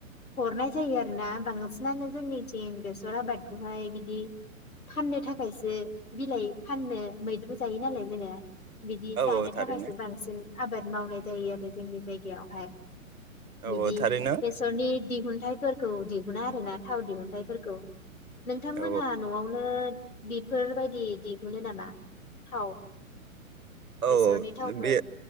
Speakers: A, on the left; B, on the right.
A: हरनाय जायो आरोना बांसिनानो जोंनिथिं बेसर आबादखौहाय बिदि फाननो थाखायसो बिलाइ फाननो मैद्रु जायो नालाय जोङो बिदि
B: औ
A: जानो
B: औ थारैनो
A: थाखायसो बांसिन आबाद मावनाय जायो आरो जोंनि जायगायावहाय।
B: औ
A: बिदि
B: औ थारैनो
A: बेसरनि दिहुनथाइ फोरफोरखौ दिहुनो आरोना थाव दिहुनथाइफोरखौ नोंथांमोनहा
B: औ
A: न'वावनो बेफोरबायदि दिहुनो नामा थाव?
B: औ
A: बेसरनि
B: औ
A: थावफोर
B: बे